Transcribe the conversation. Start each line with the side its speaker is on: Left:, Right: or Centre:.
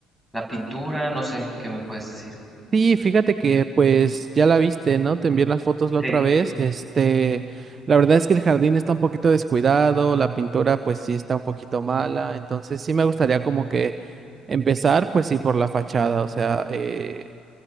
Centre: la pintura? No sé, ¿qué me puedes decir?
Right: Sí, fíjate que pues ya la viste, ¿no? Te envié las fotos la
Centre: Sí,
Right: otra vez. Este, la verdad es que el jardín está un poquito descuidado, la pintura pues sí está un poquito mala, entonces sí me gustaría como que empezar pues sí por la fachada, o sea, eh,